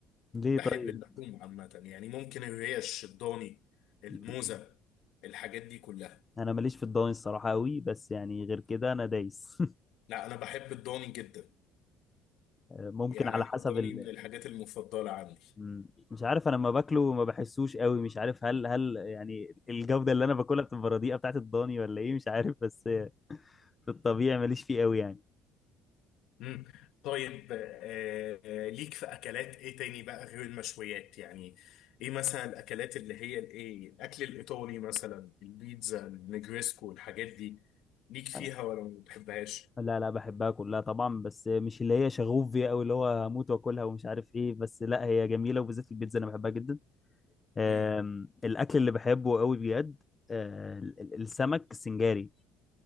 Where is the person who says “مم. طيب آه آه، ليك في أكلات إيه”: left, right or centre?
Left